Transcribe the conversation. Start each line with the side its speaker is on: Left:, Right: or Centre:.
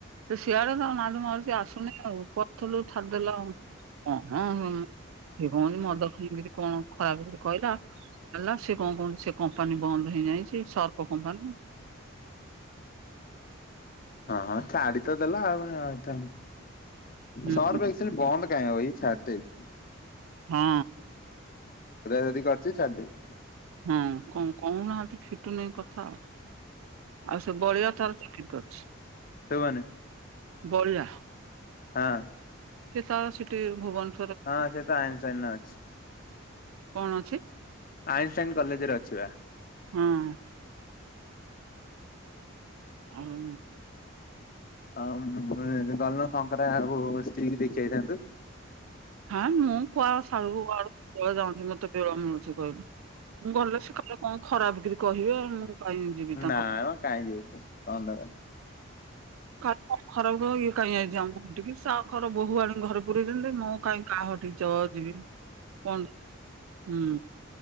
Right: ସିଆଡ଼େ ତ ନାଜ ମାଡ଼ୁଚି ଆସୁନେଇ ଆଉ ପଡ଼ଥୁଲୁ ଛାଡିଦେଲା ଆଉ ଅଁ ହଁ। ସିଏ କଁ ତି ମଦ ପିଇକିରି କଣ ଖରାପ କରି କହିଲା ହେଲା ସିଏ କଣ କହନ୍ତି ସେ କମ୍ପାନୀ ବନ୍ଦ ହେ ଯାଇଚି ସର୍ପ କମ୍ପାନୀ।
Left: ହଁ ହଁ ଛାଡ଼ି ତ ଦେଲା ଆଉ ପୁଣି ଅଇଥାନ୍
Right: ହୁଁ
Left: ସର୍ଫ
Right: ହୁଁ
Left: ଏକ୍ସେଲ୍ ବନ୍ଦ କାଇଁ ହବ ଇଏ ଛାଡ଼ି ଦେଇଚି।
Right: ହଁ।
Left: ସୋଧି କରିଛି ଛାଡି ଦେଇଛି
Right: ହୁଁ କଁ କୋଉନାହାନ୍ତି ଫିଟୁନେଇ କଥା ଆଉ। ଆଉ ସେ ବଳିଆ ତାର ଚାକିରି କରଚି।
Left: ଶୁବୁନି।
Right: ବଳିଆ।
Left: ହଁ।
Right: ସିଏ ତ ସେଠି ଭୁବନ୍
Left: ହଁ ସିଏ ତ ଆଇନଷ୍ଟାଇନରେ ଅଛି।
Right: କଣ ଅଛି?
Left: ଆଇନଷ୍ଟାଇନ କଲେଜେରେ ଅଛି ବା।
Right: ହଁ। ଆଉ
Left: ଆଉ ମୁଁ ଏ ଗଲୁନୁ ଶଙ୍କରା ଆଉ ସ୍ତ୍ରୀ ଦେଖିଆଇଥାନ୍ତୁ।
Right: ହଁ ମୁଁ କୁଆ ସାରୁଗୁ ଆଡ଼ୁ କୁଆ ଯାଉଚି ମତେ ବେଳ ମିଳୁଚି କହିଲୁ। ମୁଁ ଗଲେ ସେ କାଲେ କଁ ଖରାପ କିରି କହିବେ ମୁଁ କାଇଁ ଯିବି ତାଙ୍କ
Left: ନା ମ କାଇଁ ଯିବୁ ତୁ ହଁ ଦାବା।
Right: କାର କଣ ଖରାପ ଗୁ ଇଏ କାଇଁ ଆଇଚି ଆମ ହଟିକି ସା ଖର ବୋହୂ ଆଣି ଘରେ ପୁରେଇଚନ୍ତି ମୁଁ ଆ ହଟିକି ଚ ଯିବି କଣ ହୁଁ